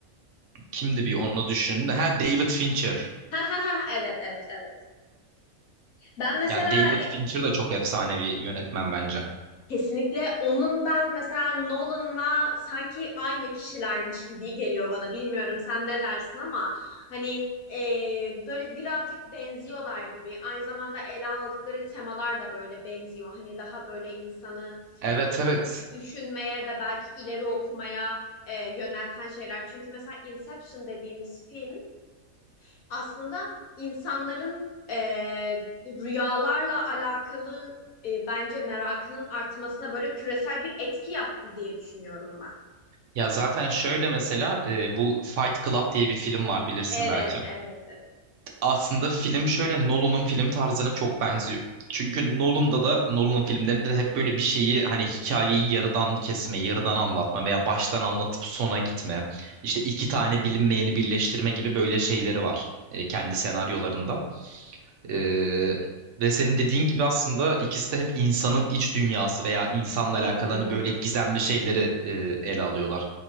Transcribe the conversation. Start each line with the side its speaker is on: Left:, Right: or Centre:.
Right: kimdi bir onu düşündü. Ha David Fincher.
Left: Ha ha ha evet evet evet. Ben mesela
Right: Ya David Fincher de çok efsane bir yönetmen bence.
Left: Kesinlikle onun ben mesela Nolan'la sanki aynı kişilermiş gibi geliyor bana. Bilmiyorum sen ne dersin ama hani e, böyle birazcık benziyorlar gibi. Aynı zamanda ele aldıkları temalar da böyle benziyor. Hani daha böyle insanı
Right: Evet
Left: e, dü-
Right: evet
Left: düşünmeye ve belki ileri okumaya e, yönelten şeyler. Çünkü mesela Inception dediğimiz film aslında insanların e, rüyalarla alakalı e, bence merakının artmasına böyle küresel bir etki yaptı diye düşünüyorum ben.
Right: Ya zaten şöyle mesela e, bu Fight Club diye bir film var bilirsin
Left: Evet,
Right: belki.
Left: evet, evet.
Right: Aslında film şöyle Nolan'ın film tarzına çok benziyor. Çünkü Nolan'da da Nolan'ın filmlerinde de hep böyle bir şeyi hani hikayeyi yarıdan kesme, yarıdan anlatma veya baştan anlatıp sona gitme. İşte iki tane bilinmeyeni birleştirme gibi böyle şeyleri var e, kendi senaryolarında. Ee, ve senin dediğin gibi aslında ikisi de hep insanın iç dünyası veya insanla
Left: Hı
Right: alakalı
Left: hı.
Right: hani böyle gizemli şeyleri e, ele alıyorlar.